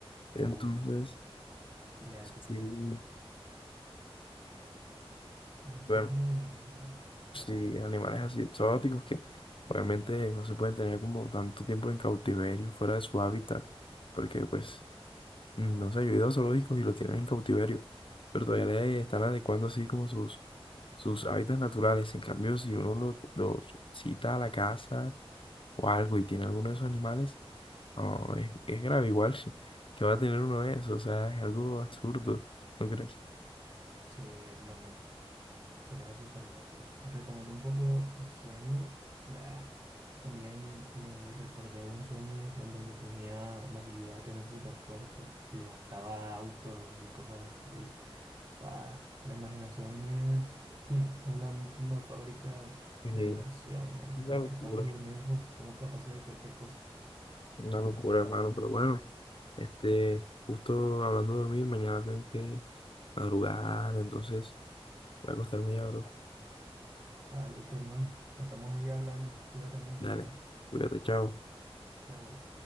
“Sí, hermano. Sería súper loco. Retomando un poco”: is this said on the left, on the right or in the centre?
Right